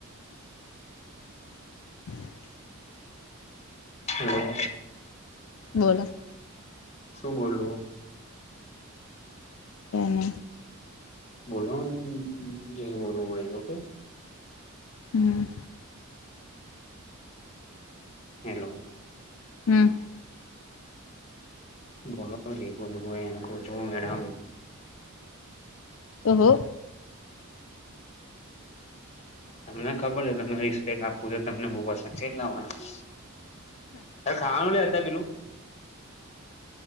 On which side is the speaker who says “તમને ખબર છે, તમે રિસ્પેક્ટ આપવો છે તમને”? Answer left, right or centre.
Left